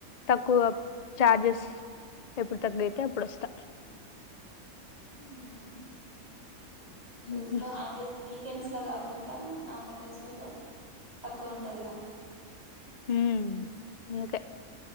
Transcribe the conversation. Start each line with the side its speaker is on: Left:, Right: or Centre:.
Left: తక్కువ చార్జెస్ ఎప్పుడు తక్కువతే అప్పుడు వస్తా
Right: హ్మ్ చూసుకో
Left: ఉహు.
Right: అవి దివి వీకెండ్స్ లో కాకుండా నార్మల్ డేస్లలో తక్కువ ఉంటది ఇగా
Left: హ్మ్ ఓకే